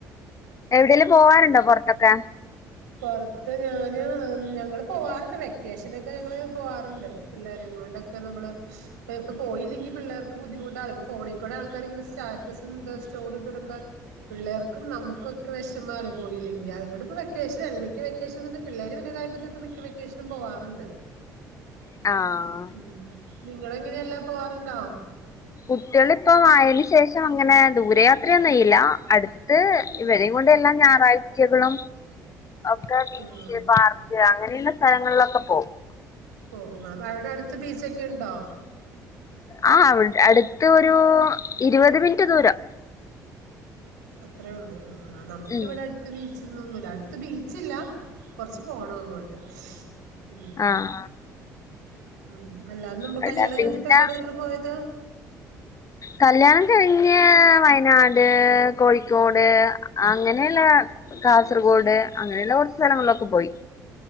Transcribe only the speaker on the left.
എവിടെയേങ്കിലും പോകറുണ്ടോ പുറത്തൊക്കെ
ആഹ
കുട്ടികളിപ്പ ആയതിനു ശേഷം അങ്ങനെ ദൂരയാത്രയൊന്നും ഇല്ല അടുത്ത ഇവരെയ
കൊണ്ട് എല്ലാ ഞായറാഴ്ചകളും ഒക്കെ ബീച്ച്
പാർക്ക്‌ അങ്ങനെയുള്ള സ്ഥലങ്ങളിലൊക്കെ പോകും
ആ അടുത്ത ഒരു ഇരുപത് മിനിറ്റ് ദൂരം
ഉം
ആഹ്
അവിടെ
പിന്നെ
കല്യാണം കഴിഞ്ഞ് വയനാട് കോഴിക്കോട് അങ്ങനെയുള്ള കാസർഗോഡ് അങ്ങനെയുള്ള കുറച്ച് സ്ഥലങ്ങളിലൊക്കെ പോയി